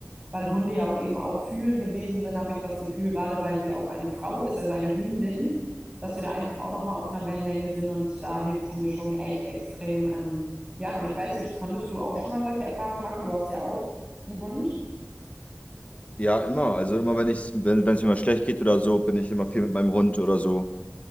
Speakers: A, on the right; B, on the left.
A: weil Hunde ja auch eben auch fühlende Wesen sind, habe ich das Gefühl, gerade weil sie auch eine Frau ist, also eine Hündin, dass wir da einfach auch nochmal auf einer Wellenlänge sind und da hilft sie mir schon echt extrem. Ähm, ja, ich weiß nicht, konntest du auch schon mal solche Erfahrungen machen? Du hast ja auch einen Hund.
B: Ja, immer. Also immer, wenn ich, wenn, wenn es mir mal schlecht geht oder so, bin ich immer viel mit meinem Hund oder so.